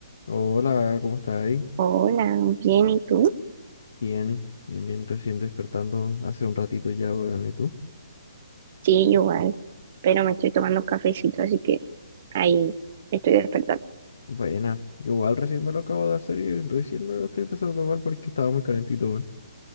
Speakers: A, on the left (about 70°); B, on the right (about 40°).
A: Hola, ¿cómo estás ahí?
B: Hola, bien, ¿y tú?
A: Bien, bien, bien, recién despertando hace un ratito ya, weón, ¿y tú?
B: Sí, igual, pero me estoy tomando cafecito, así que ahí estoy despertando.
A: Buena, yo igual recién me lo acabo de hacer y recién me lo estoy empezando a tomar porque estaba muy calentito, weón.